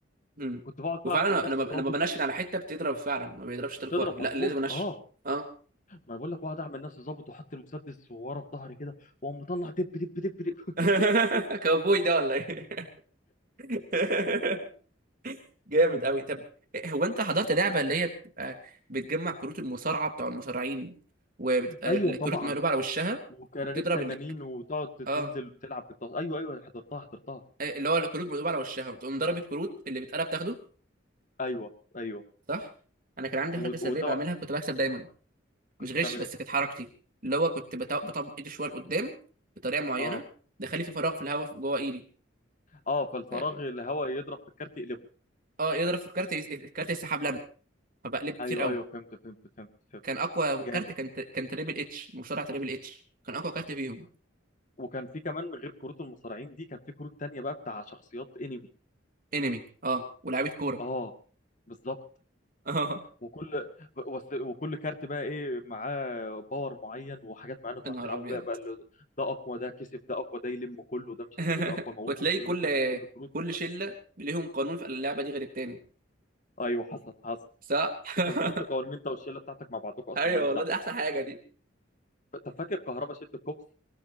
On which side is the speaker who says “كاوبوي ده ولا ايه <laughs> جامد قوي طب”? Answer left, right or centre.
Right